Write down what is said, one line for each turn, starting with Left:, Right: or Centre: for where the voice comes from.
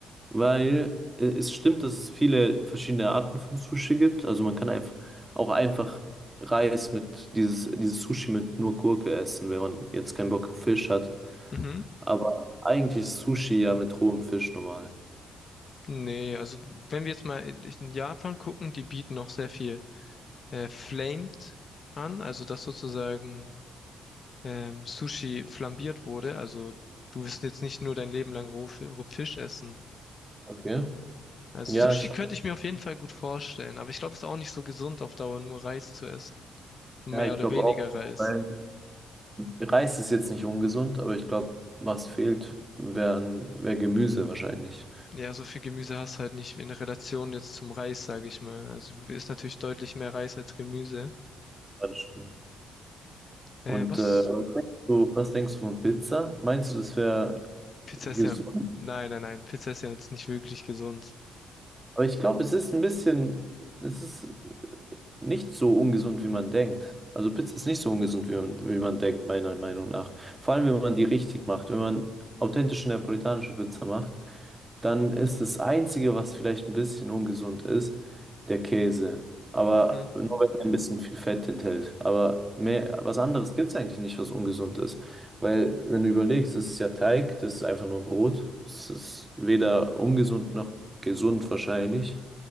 Right: weil äh, es stimmt, dass es viele verschiedene Arten von Sushi gibt. Also man kann einfach auch einfach Reis mit dieses, dieses Sushi mit nur Gurke essen, wenn man jetzt keinen Bock auf Fisch hat.
Left: Mhm.
Right: Aber eigentlich ist Sushi ja mit rohem Fisch normal.
Left: Nee, also wenn wir jetzt mal in in Japan gucken, die bieten noch sehr viel. äh, flamed an, also dass sozusagen ähm, Sushi flambiert wurde. Also du wirst jetzt nicht nur dein Leben lang roh Fi- roh Fisch essen.
Right: Okay.
Left: Also
Right: Ja,
Left: Sushi
Right: sch-
Left: könnte ich mir auf jeden Fall gut vorstellen, aber ich glaube, es ist auch nicht so gesund auf Dauer, nur Reis zu essen. Und
Right: ja,
Left: mehr
Right: ich
Left: oder
Right: glaube
Left: weniger
Right: auch,
Left: Reis.
Right: weil Reis ist jetzt nicht ungesund, aber ich glaube, was fehlt, wären, wär Gemüse wahrscheinlich.
Left: Ja, so viel Gemüse hast du halt nicht in Relation jetzt zum Reis, sage ich mal. Also du isst natürlich deutlich mehr Reis als Gemüse.
Right: Ja, das stimmt.
Left: Äh,
Right: Und
Left: was?
Right: äh, was denkst du, was denkst du von Pizza? Meinst du, das wäre
Left: Pizza
Right: gesund?
Left: ist ja. Nein, nein, nein. Pizza ist ja jetzt nicht wirklich gesund.
Right: Aber ich glaube, es ist ein bisschen, es ist äh, nicht so ungesund, wie man denkt. Also Pizza ist nicht so ungesund, wie man, wie man denkt, meiner Meinung nach. Vor allem, wenn man die richtig macht. Wenn man authentische neapolitanische Pizza macht, dann ist das Einzige, was vielleicht ein bisschen ungesund ist, der Käse. Aber
Left: Mhm.
Right: nur wenn er ein bisschen viel Fett enthält. Aber mehr, was anderes gibt es eigentlich nicht, was ungesund ist. Weil, wenn du überlegst, das ist ja Teig, das ist einfach nur Brot. Es ist weder ungesund noch gesund wahrscheinlich.